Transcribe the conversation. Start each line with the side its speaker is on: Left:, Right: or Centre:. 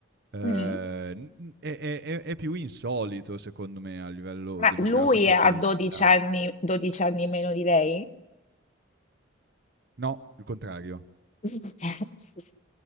Right: Ehm,
Left: Mm.
Right: n n- è è è è più insolito secondo me a livello
Left: Ma
Right: demografico
Left: lui ha
Right: che
Left: 12
Right: sia
Left: anni, 12 anni meno di lei?
Right: no, il contrario.
Left: <laughs>